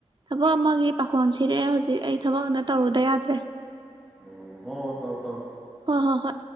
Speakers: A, on the right (about 40°); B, in the centre.
A: ꯊꯕꯛ ꯑꯃꯒꯤ ꯄꯥꯈꯣꯟ ꯁꯤꯔꯛꯑꯦ ꯍꯧꯖꯤꯛ ꯑꯩ ꯊꯕꯛ ꯇꯧꯔꯨꯗ ꯌꯥꯗ꯭ꯔꯦ
B: ꯎꯝ ꯍꯣ ꯇꯧꯔꯣ ꯇꯧꯔꯣ
A: ꯍꯣ ꯍꯣꯏ